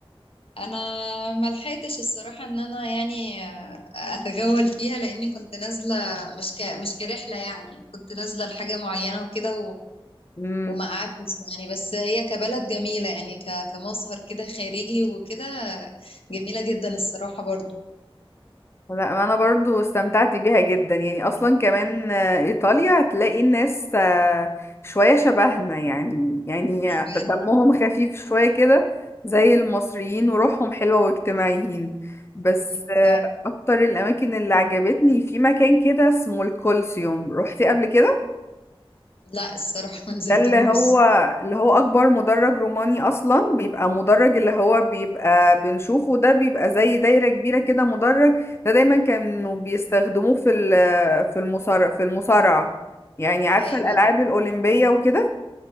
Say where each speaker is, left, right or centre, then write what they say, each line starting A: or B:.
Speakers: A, on the left (about 75°); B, on the left (about 25°).
A: انا ما لحقتش الصراحه ان انا يعني آه، اتجول فيها لاني كنت نازله مش ك... مش كرحله يعني كنت نازله لحاجه معينه وكده
B: امم
A: وما قعدتش يعني بس هي كبلد جميلة يعني ك... كمظهر كده خارجي وكده جميلة جدا الصراحة برضو
B: لا انا برضو استمتعت بيها جدا يعني اصلا كمان آه، ايطاليا هتلاقي الناس آه، شوية شبهنا يعني يعني
A: أيوة
B: دمهم خفيف شوية كده زي المصريين وروحهم حلوة واجتماعيين بس
A: أيوة
B: آه،
A: فعلا
B: اكتر الاماكن اللي عجبتني في مكان كده اسمه الكولسيوم روحتي قبل كده
A: لا الصراحة ما نزلتهوش
B: ده اللي هو اللي هو أكبر مدرج روماني أصلا بيبقى مدرج اللي هو بيبقى بنشوفه ده بيبقى زي دايرة كبيرة كده مدرج ده دايما كانوا بيستخدموه في ال- في المصارعة في المصارعة يعني عارفة
A: أيوة
B: الألعاب الأولمبية وكده